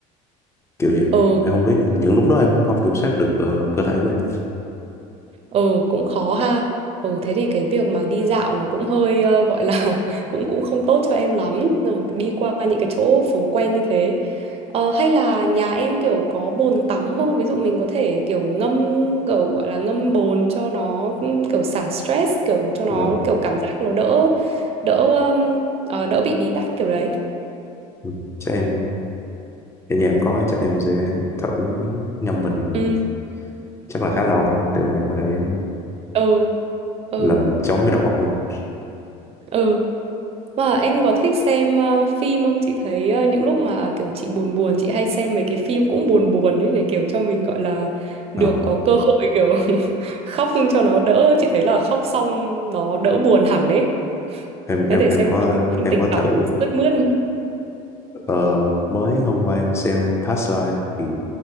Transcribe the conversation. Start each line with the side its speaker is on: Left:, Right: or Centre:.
Left: kiểu vậy
Right: ờ
Left: em không biết những lúc đó em không kiểm soát được ờ, cơ thể của em
Right: Ừ cũng khó ha. Ừ thế thì cái việc mà đi dạo nó cũng hơi ờ, gọi là <laughs> cũng cũng không tốt cho em lắm. Ừ, Đi qua những cái chỗ phố quen như thế. Ờ, hay là nhà em kiểu có bồn tắm không? Ví dụ mình có thể kiểu ngâm kiểu gọi là ngâm bồn cho nó ừ, kiểu xả stress kiểu cho nó
Left: Nhưng
Right: kiểu cảm giác nó đỡ đỡ um, ờ, đỡ bị bí bách kiểu đấy.
Left: ừ, chắc em ở nhà em có chắc em sẽ thử ngâm mình
Right: Ừ
Left: chắc là khá lâu để mà em có thể
Right: ừ ừ
Left: làm chống cái đầu óc của mình
Right: ừ Và em có thích xem ờ, phim không? Chị thấy ờ, những lúc mà kiểu chị buồn buồn, chị hay xem mấy cái phim cũng buồn buồn đấy để kiểu cho mình gọi là được
Left: ờ,
Right: có cơ hội kiểu <laughs> khóc cho nó đỡ. Chị thấy là khóc xong nó đỡ buồn hẳn ấy.
Left: em
Right: Em
Left: em
Right: có thể
Left: em
Right: xem
Left: có
Right: phim, phim
Left: em
Right: tình
Left: có thử
Right: cảm sướt mướt.
Left: ờ, mới hôm qua em xem Past Life thì